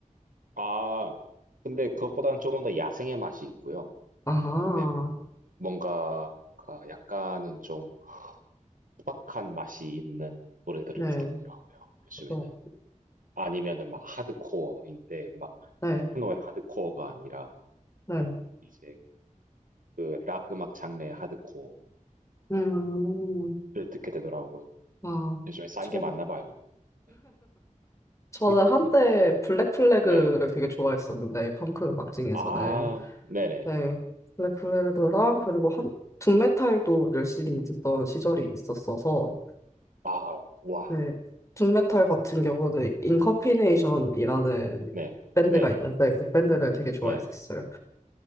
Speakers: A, on the right; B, on the left.
A: 아, 근데 그것보다는 조금 더 야생의 맛이 있고요.
B: 아하.
A: 그다음에 뭔가, 약간은 좀, 소박한 맛이 있는 노래들을
B: 네,
A: 듣게 되더라고요. 요즘에는.
B: 그렇군요.
A: 아니면은 막 하드코어인데 막
B: 네,
A: 테크노의 하드코어가 아니라
B: 네.
A: 이제 그 락 음악 장르의 하드코어를
B: 음,
A: 듣게 되더라고요.
B: 아,
A: 요즘에 쌓인
B: 저,
A: 게 많나 봐요. 네.
B: 저는
A: <laughs>
B: 한때 블랙플래그를
A: 네.
B: 되게 좋아했었는데, 펑크 음악 중에서는.
A: 아, 네네.
B: 네. 블랙플래그랑
A: 음.
B: 그리고 한, 둠메탈도 열심히 듣던 시절이 있었어서,
A: 아, 와.
B: 네. 둠메탈 같은 경우는 인커피네이션이라는
A: 네.
B: 밴드가
A: 네네.
B: 있는데, 그 밴드를 되게 좋아했었어요.
A: 네네.